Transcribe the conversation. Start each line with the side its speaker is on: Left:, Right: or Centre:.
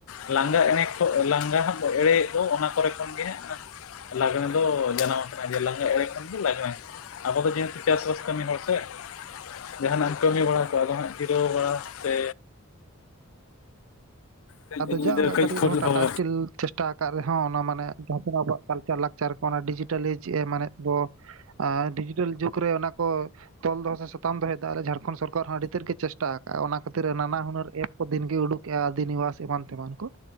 Left: ᱞᱟᱸᱜᱟ <unintelligible> ᱞᱟᱸᱜᱟ ᱦᱟᱸᱜ ᱮᱲᱮ ᱫᱚ ᱚᱱᱟ ᱠᱚᱨᱮ ᱠᱷᱚᱱᱜᱮ ᱦᱟᱸᱜ, ᱞᱟᱜᱽᱬᱮ ᱫᱚ ᱡᱟᱱᱟᱢ ᱠᱟᱱᱟ ᱡᱮ ᱞᱟᱜᱽᱬᱮ ᱮᱲᱮ ᱠᱷᱚᱱ ᱜᱮ ᱞᱟᱜᱽᱬᱮ ᱟᱵᱚ ᱫᱚ ᱡᱮᱦᱮᱛᱩ ᱪᱟᱥᱵᱟᱥ ᱠᱟᱹᱢᱤ ᱦᱚᱲ ᱥᱮ, ᱡᱟᱦᱟᱱᱟᱜ ᱮᱢ ᱠᱟᱹᱢᱤ ᱵᱟᱲᱟ ᱠᱟᱜ-ᱟ ᱡᱟᱸᱦᱟᱱᱟᱜ ᱡᱤᱨᱟᱹᱣ ᱵᱟᱲᱟ ᱥᱮ ᱠᱟᱹᱡ
Right: ᱟᱫᱚ
Left: ᱧᱤᱫᱟᱹ
Right: ᱡᱟᱜᱟ <unintelligible>
Left: ᱠᱟᱹᱡ
Right: ᱠᱟᱹᱴᱤᱡ
Left: ᱠᱷᱩᱞ
Right: ᱨᱮᱦᱚᱸ ᱴᱟᱴᱟ
Left: ᱦᱳᱭ
Right: ᱥᱤᱥᱴᱤᱞ ᱪᱮᱥᱴᱟ ᱟᱠᱟᱫ <unintelligible> ᱨᱮᱦᱚᱸ ᱚᱱᱟ ᱢᱟᱱᱮ ᱡᱟᱦᱟᱸ ᱛᱤᱱᱟᱹᱜ ᱟᱵᱚᱣᱟᱜ ᱠᱟᱞᱪᱟᱨ ᱞᱟᱠᱪᱟᱨ ᱠᱚ ᱚᱱᱟ ᱰᱤᱡᱤᱴᱮᱞᱤ ᱪᱮᱫ ᱮ ᱢᱟᱱᱮ ᱵᱚ ᱰᱤᱡᱤᱴᱮᱞ ᱡᱩᱜᱽ ᱨᱮ ᱚᱱᱟ ᱠᱚ ᱛᱚᱞ ᱫᱚᱦᱚ ᱥᱮ ᱥᱟᱛᱟᱢ ᱫᱚᱦᱚᱭᱮᱫᱟ ᱟᱞᱮ ᱡᱷᱟᱲᱠᱷᱚᱸᱰ ᱥᱚᱨ ᱠᱟᱨ ᱦᱚᱸ ᱟᱹᱰᱤ ᱛᱮᱫ ᱜᱮ ᱪᱮᱥᱴᱟ ᱟᱠᱫᱼᱟ ᱚᱱᱟ ᱠᱷᱟᱹᱛᱤᱨ ᱨᱮ ᱱᱟᱱᱟ ᱦᱩᱱᱟᱹᱨ ᱮᱯ ᱠᱚ ᱫᱤᱱᱜᱮ ᱩᱰᱩᱠᱮᱫᱼᱟ ᱟᱹᱫᱤ ᱮᱢᱟᱱ ᱛᱮᱢᱟᱱ ᱠᱚ